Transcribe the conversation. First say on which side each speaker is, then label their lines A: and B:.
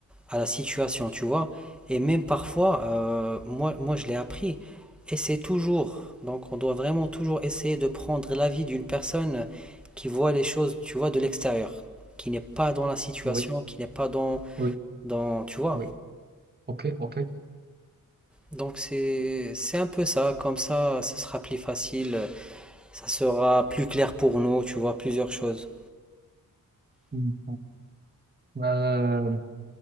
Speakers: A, in the centre; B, on the right (about 30°).
A: à la situation, tu vois. Et même parfois, euh, moi, moi je l'ai appris, et c'est toujours. Donc on doit vraiment toujours essayer de prendre l'avis d'une personne qui voit les choses, tu vois, de l'extérieur, qui n'est pas dans la situation,
B: oui,
A: qui n'est pas dans,
B: oui,
A: dans, tu vois.
B: oui. Ok, ok.
A: Donc c'est, c'est un peu ça, comme ça, ça sera plus facile, ça sera plus clair pour nous, tu vois, plusieurs choses.
B: Hmm. Euh,